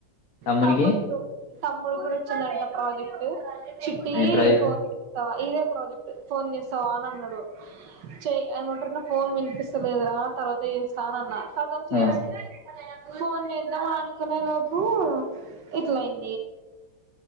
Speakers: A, on the left; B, on the right.
A: తమ్మునికి
B: తమ్ముడు గొచ్ తమ్ముడు కూడా వచ్చిందట ప్రాజెక్టు చుట్టి
A: ఏం ప్రాజెక్ట్
B: ఫోర్ ఇయర్స్ ఇవే ప్రాజెక్ట్స్ ఫోన్ చేస్తావా అని అన్నాడు చెయ ఏమంటారు నా ఫోన్ వినిపిస్తలేదురా తర్వాత చేస్తా అని అన్నా అతను చేస్తే
A: ఆ
B: అద ఫోన్ చేద్దాం అని అనుకునే లోపు ఇట్లాయింది